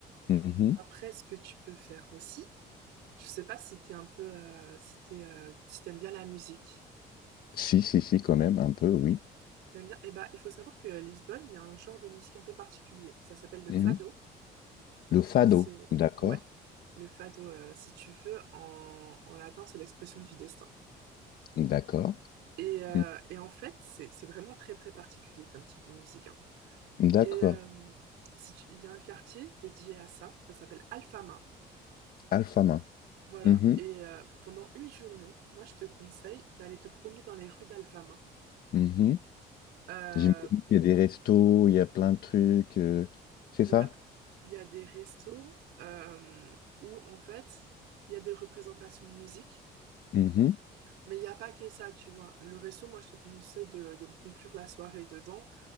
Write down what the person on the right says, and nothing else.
Après, ce que tu peux faire aussi, je sais pas si t'es un peu, euh, si t'es, euh, si t'aimes bien la musique.
T'aimes bien? Eh ben, il faut savoir que Lisbonne, il y a un genre de musique un peu particulier. Ça s'appelle le
fado.
C'est,
ouais, le fado, euh, si tu veux, en, en latin, c'est l'expression du destin.
Et, euh,
et en fait, c'est, c'est vraiment très, très particulier comme type de musique. hein.
Et euh, si tu- il y a un quartier dédié à ça, ça s'appelle Alfama.
Voilà.
Et euh, pendant une journée, moi, je te conseille d'aller te promener dans les rues d'Alfama.
Euh,
Voilà,
il y a des restos euh, où en fait, il y a des représentations de musique,
mais il n'y a pas que ça, tu vois. Le resto, moi, je te conseille de, de le conclure la soirée dedans.